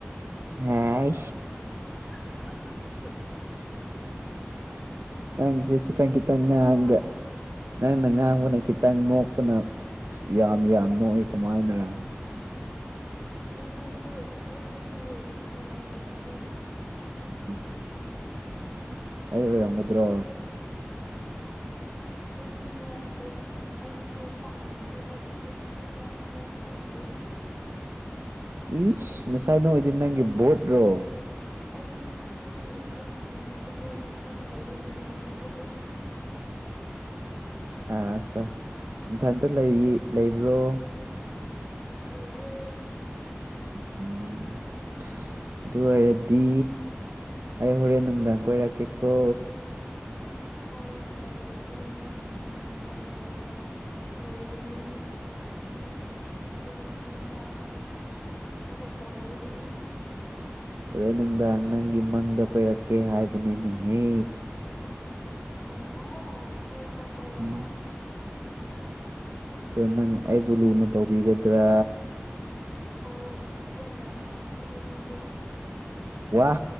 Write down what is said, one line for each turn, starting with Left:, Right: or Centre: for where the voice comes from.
Right: ꯍꯥꯏ
Left: <unintelligible>
Right: ꯅꯪꯁꯦ ꯈꯤꯇꯪ
Left: ꯁꯤꯈꯤꯅꯨꯀꯣ
Right: ꯈꯤꯇꯪ ꯉꯥꯡꯉꯒ ꯅꯪꯅ ꯉꯥꯡꯕꯅ ꯈꯤꯇꯪ ꯅꯣꯛꯄꯅ ꯌꯥꯝ ꯌꯥꯝ ꯅꯣꯛꯑ‌ꯦ ꯀꯃꯥꯏꯅꯔꯥ
Left: ꯑꯩ ꯅꫭꯛꯇꯦ ꯑꯩ ꯅꯠꯇꯦ ꯅꯪ ꯑꯣꯏꯔꯝꯒꯅꯤ
Right: ꯎꯝ ꯑꯁ ꯑꯩ ꯑꯣꯏꯔꯝꯒꯗ꯭ꯔꯣ
Left: ꯑꯩꯗꯤ ꯅꯣꯛꯇꯦ ꯑꯩꯗꯤ ꯅꯣꯛꯄ ꯍꯩꯇꯦ ꯑꯩꯒꯤ ꯄꯨꯟꯁꯤꯗ ꯅꯣꯛꯄꯤꯗ꯭ꯔꯤ
Right: ꯏꯁ ꯉꯁꯥꯏ ꯅꫭꯛꯏꯗꯨ ꯅꯪꯒꯤ ꯚꯣꯠꯔꯣ
Left: ꯑꯩ ꯅꯠꯇ‌ꯦ ꯑꯩꯒꯤ ꯑꯩꯉꯣꯟ ꯑꯩꯒ ꯂꯩꯃꯤꯟꯅꯕ ꯕꯨ꯭ꯍꯨꯠ
Right: ꯑꯥ ꯑꯠꯆꯥ ꯏꯊꯟꯇ ꯂꯩ ꯂꯩꯕ꯭ꯔꯣ
Left: ꯂꯩꯌꯦ <inaudible>
Right: ꯎꯝ ꯑꯗꯨ ꯑꯣꯏꯔꯗꯤ ꯑꯩ ꯍꯣꯔꯦꯟ ꯅꯨꯡꯗꯥꯡ ꯀꯣꯏꯔꯛꯀꯦꯀꯣ
Left: ꯍꯣꯔꯦꯟ ꯑꫭꯏꯔꯗꯤ ꯅꯨꯡꯗꯥꯡ ꯑꯣꯏꯔꯣꯏ ꯑꯣ ꯂꯣꯏꯔꯅꯤ ꯍꯪꯆꯤꯠ ꯑꯌꯨꯛ ꯉꯟꯇꯥ ꯑꯃꯨꯛ ꯑꯣꯏꯔꯅꯤ
Right: ꯍꯣꯔꯦꯟ ꯅꯨꯡꯗꯥꯡ ꯅꯪꯒꯤ ꯃꯪꯗ ꯀꯣꯏꯔꯛꯀꯦ ꯍꯥꯏꯕꯅꯤꯅꯦꯍꯦ
Left: ꯑꫭꯍꯣ ꯀꯣꯏꯔꯛꯑꯣ ꯀꯣꯏꯔꯛꯑꯣ
Right: ꯎꯝ ꯑꯗꫭ ꯅꯪ ꯑꯩꯕꯨ ꯂꯨꯅ ꯇꯧꯕꯤꯒꯗ꯭ꯔꯥ
Left: ꯍꯣꯏ ꯐꯖꯅꯥ ꯏꯔꯨꯕꯤꯒꯦ
Right: ꯋꯥꯍ